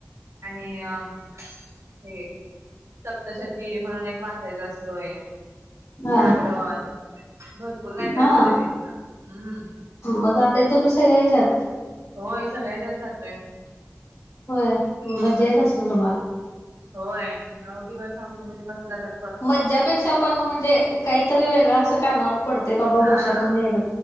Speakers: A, on the right; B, on the left.
A: आणि अ हे सप तशे ती म्हणून एक वाचायच असतोय,
B: हा
A: जागरण. भरपूर काय काय
B: हा
A: असतं देवीला. हम्म...
B: मग जाताय तुम्ही सगळ्यां हेजात.
A: होय सगळ्या याच्यात जातोय.
B: होय, मग
A: हम्म.
B: मज्जा येत असलं तुम्हाला?
A: होय. नऊ दिवस आमचे म्हणजे कस जात्यात
B: मज्जापेक्षा पण म्हणजे काहीतरी वेगळं असं कानावर पडते बाबा
A: हा.
B: वर्षातून एक